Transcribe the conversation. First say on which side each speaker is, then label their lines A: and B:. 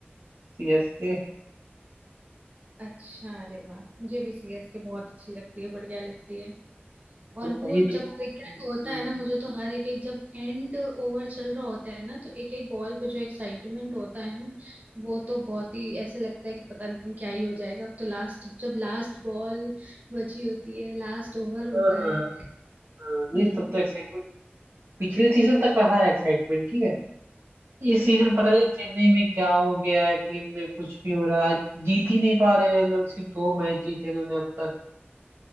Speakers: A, on the right; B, on the right.
A: सीएसके
B: अच्छा अरे वाह मुझे भी सीएसके बहुत अच्छी लगती है बढ़िया लगती है
A: तो
B: और वो
A: वही
B: जब
A: तो हाँ
B: क्रिकेट होता है ना मुझे तो हर एक एक जब एंड ओवर चल रहा होता है ना तो एक एक बॉल पे जो एक्साइटमेंट होता है ना वो तो बहुत ही ऐसे लगता है कि पता नहीं क्या ही हो जाएगा अब तो लास्ट जब लास्ट बॉल बची होती है लास्ट ओवर
A: हाँ
B: होता है
A: हाँ नहीं
B: हम्म
A: तब तो एक्साइटमेंट पिछले सीजन तक रहा है एक्साइटमेंट ठीक है इस
B: हम्म
A: सीजन पता नहीं चेन्नई में क्या हो गया है टीम में कुछ भी हो रहा है जीत ही नहीं पा रहे हैं लोग सिर्फ दो मैच जीते इन्होंने अब तक